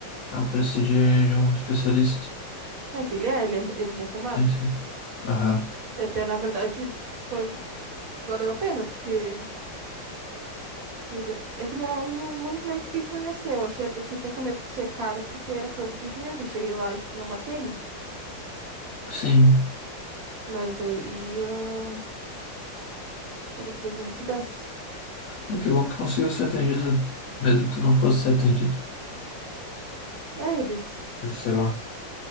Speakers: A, on the left (about 70°); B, on the right (about 50°).
A: Ah, preço de, de um especialista.
B: É que ele é, ele, é- ele já é formado.
A: Sim, sim. Aham.
B: Até, na verdade, foi, valeu a pena, porque... 300 É que não, não- muito menos que isso não ia ser. Eu achei, eu fiquei até com medo de ser caro, porque era pronto atendimento. Eu cheguei lá e não marquei, né?
A: Sim.
B: Mas daí, ah, era trezentos e dez
A: Ah, que bom que tu conseguiu ser atendido, mesmo que tu não fosse ser atendido.
B: É, eles...
A: Sei lá.